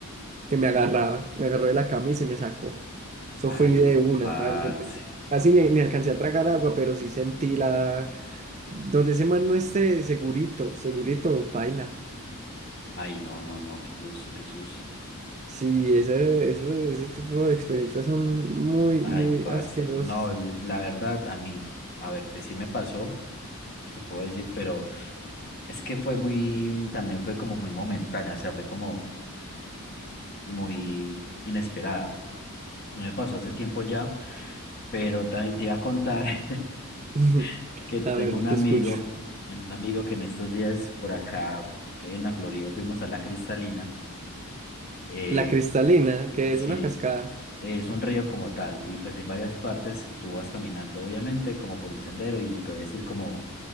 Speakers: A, on the right (about 30°); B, on the left (about 45°).
A: que me agarraba, me agarró de la camisa y me sacó. Eso
B: Ay,
A: fue de una,
B: parce.
A: parce. pero Casi ni, ni alcancé a tragar agua, pero sí sentí la... Donde ese man no esté, segurito, segurito, paila.
B: Ay, no, no, no, qué susto, qué susto.
A: Sí, ese, eso, ese tipo de experiencias son muy,
B: Ay,
A: muy
B: parce,
A: asquerosas.
B: no, l- la verdad, a mí, a ver, pues sí me pasó, te puedo decir, pero es que fue muy, también fue como muy momentánea, o sea, fue como muy inesperada. No me pasó hace tiempo ya, pero también te iba a contar <laughs>
A: <laughs>
B: que tengo
A: A ver,
B: un
A: te
B: amigo,
A: escucho.
B: un amigo que en estos días por acá en la Florida fuimos a la Cristalina. Eh,
A: La cristalina, que
B: sí,
A: es una cascada.
B: es un río como tal, y pues hay varias partes, tú vas caminando obviamente como por un sendero y puedes ir como